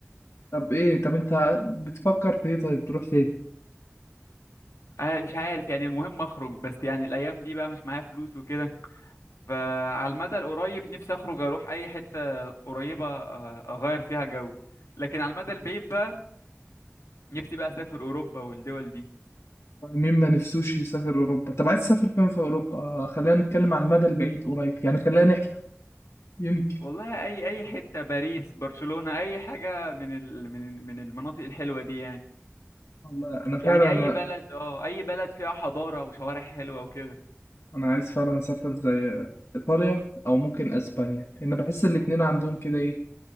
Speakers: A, on the left; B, on the left.
A: طب ايه طب انت بتفكر في ايه طيب تروح فين
B: آه، مش عارف يعني المهم اخرج بس يعني الايام دي بقى مش معايا فلوس وكده فعلى المدى القريب نفسي اخرج اروح اي حته قريبه آه، اغير فيها جو لكن على المدى البعيد بقى نفسي بقى اسافر اوروبا والدول دي
A: مين ما نفسوش يسافر أوروبا طب عايز تسافر فين في أوروبا آه، خلينا نتكلم عن المدى البعيد قريب يعني خلينا نحلم يمكن
B: والله اي اي حته باريس برشلونه اي حاجه من ال من من المناطق الحلوه دي يعني
A: والله أنا فعلا
B: يعني اي بلد اه اي بلد فيها حضاره وشوارع حلوه وكده
A: انا عايز فعلا اسافر زي ايطاليا او ممكن اسبانيا لان بحس الاتنين عندهم كده ايه